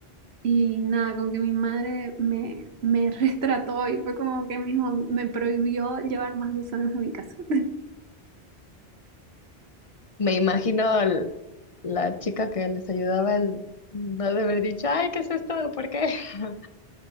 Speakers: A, on the right; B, on the left.
A: y nada, como que mi madre me, me <laughs> retrató y fue como que me dijo me prohibió llevar más gusanos a mi casa. <laughs>
B: Me imagino l- la chica que les ayudaba el no de haber dicho, ay, ¿qué es esto? ¿Por qué? <laughs>